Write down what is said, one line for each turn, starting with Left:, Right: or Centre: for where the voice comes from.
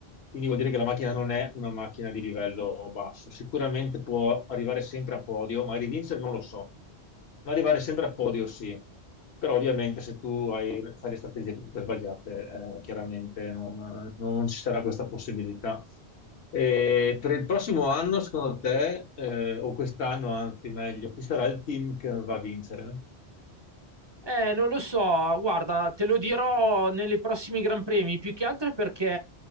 Left: quindi vuol dire che la macchina non è una macchina di livello basso. Sicuramente può arrivare sempre a podio, magari vincere non lo so, ma arrivare sempre a podio sì. Però ovviamente se tu hai- fai le strategie tutte sbagliate, eh, chiaramente non, non ci sarà questa possibilità. E per il prossimo anno, secondo te, eh, o quest'anno anzi meglio, chi sarà il team che va a vincere?
Right: Eh, non lo so, guarda, te lo dirò nei prossimi Gran Premi, più che altro perché,